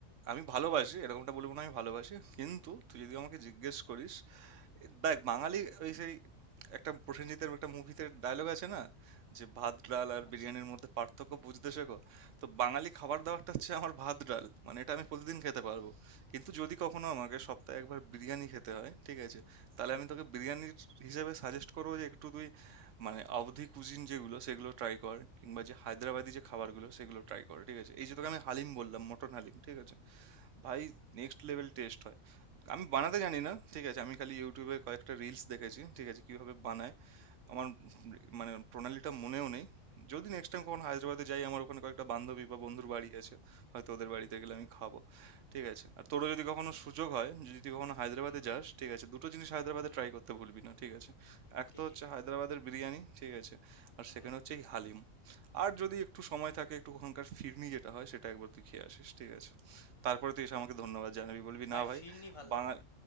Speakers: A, on the right; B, on the left.
A: আমি ভালোবাসি এরকমটা বলবো না আমি ভালোবাসি
B: হুম
A: কিন্তু তুই যদি আমাকে জিজ্ঞেস করিস দেখ বাঙালি ওই সেই একটা প্রসেনজিতের একটা মুভিতে ডায়লগ আছে না যে ভাত ডাল আর
B: আচ্ছা
A: বিরিয়ানির মধ্যে পার্থক্য বুঝতে শেখো তো বাঙালি খাবার দাবারটা হচ্ছে আমার ভাত ডাল মানে এটা আমি প্রতিদিন খেতে পারবো কিন্তু যদি কখনো আমাকে সপ্তাহে একবার বিরিয়ানি খেতে হয় ঠিক আছে তাহলে আমি তোকে বিরিয়ানির হিসেবে সাজেস্ট করবো যে একটু তুই মানে অবধি কুজিন যেগুলো সেগুলো ট্রাই কর কিংবা যে হায়দ্রাবাদি যে খাবারগুলো সেগুলো ট্রাই কর ঠিক আছে এই যে তোকে আমি হালিম বললাম মটন হালিম ঠিক আছে ভাই নেক্সট লেভেল টেস্ট হয় আমি বানাতে জানি না ঠিক আছে আমি খালি ইউটিউবে কয়েকটা রিলস দেখেছি ঠিক আছে কিভাবে বানায় আমার মানে প্রণালীটা মনেও নেই যদি নেক্সট টাইম কখন হায়দ্রাবাদে যাই আমার ওখানে কয়েকটা বান্ধবী বা বন্ধুর বাড়ি আছে হয়তো ওদের বাড়িতে গেলে আমি খাবো ঠিক আছে আর তোরও যদি কখনো সুযোগ হয় যদি তুই কখনো হায়দ্রাবাদে
B: হুম হুম
A: যাস ঠিক আছে দুটো জিনিস হায়দ্রাবাদে
B: হুম হুম
A: ট্রাই করতে ভুলবি না ঠিক আছে এক
B: কি
A: তো হচ্ছে
B: কি
A: হায়দ্রাবাদের বিরিয়ানি ঠিক আছে আর
B: হুম
A: সেখানে
B: হুম
A: হচ্ছে এই হালিম আর যদি একটু সময় থাকে একটু ওখানকার ফিরনি যেটা হয় সেটা একবার তুই খেয়ে আসিস ঠিক আছে তারপরে তুই এসে আমাকে ধন্যবাদ জানাবি বলবি
B: ভাই
A: না ভাই
B: ফিরনি ভাল
A: বাঙাল
B: লাগে